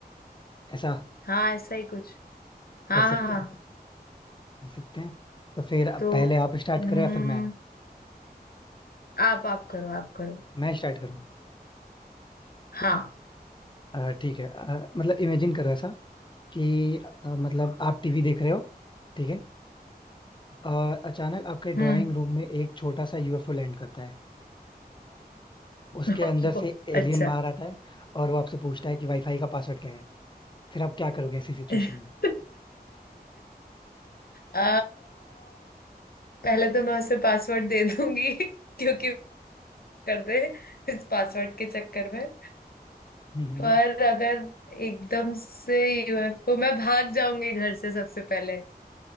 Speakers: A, on the left; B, on the left.
A: ऐसा
B: हाँ ऐसा ही कुछ हाँ
A: कर
B: हाँ
A: सकते
B: हाँ
A: हैं कर सकते हैं तो फिर अब
B: तो
A: पहले आप स्टार्ट
B: हम्म,
A: करो या फिर मैं
B: आप आप करो आप करो
A: मैं स्टार्ट करूँ
B: हाँ
A: अ, ठीक है अ, मतलब इमेजिन करो ऐसा कि अ, मतलब आप टीवी देख रहे हो ठीक है और अचानक आपके
B: हम्म
A: ड्राइंग रूम में एक छोटा सा यूएफओ लैंड करता है उसके
B: <laughs>
A: अंदर से एलियन
B: अच्छा
A: बाहर आता है और वो आपसे पूछता है कि वाईफाई का पासवर्ड क्या है फिर आप क्या करोगे ऐसी सिचुएशन
B: <laughs>
A: में
B: आ, पहले तो मैं उसे पासवर्ड दे दूंगी <laughs> क्योंकि करते इस पासवर्ड के चक्कर में
A: हम्म,
B: पर
A: हम्म।
B: अगर एकदम से यूएफओ मैं भाग जाऊंगी घर से सबसे पहले